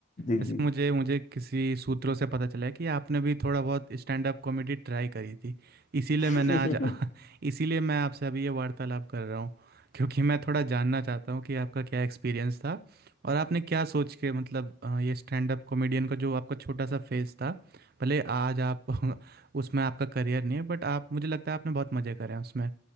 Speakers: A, on the left; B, on the right.
A: जी
B: वैसे
A: जी
B: मुझे मुझे किसी सूत्रों से पता चला है कि आपने भी थोड़ा बहुत स्टैंड अप कॉमेडी ट्राई करी थी इसीलिए
A: <laughs>
B: मैंने आज <laughs> इसीलिए मैं आपसे अभी ये वार्तालाप कर रहा हूँ क्योंकि मैं थोड़ा जानना चाहता हूँ कि आपका क्या एक्सपीरियंस था और आपने क्या सोच के मतलब अ, ये स्टैंड अप कॉमेडियन का जो आपका छोटा सा फेज था भले आज आप <laughs> उसमें आपका करियर नहीं है बट आप मुझे लगता है आपने बहुत मज़े करे हैं उसमें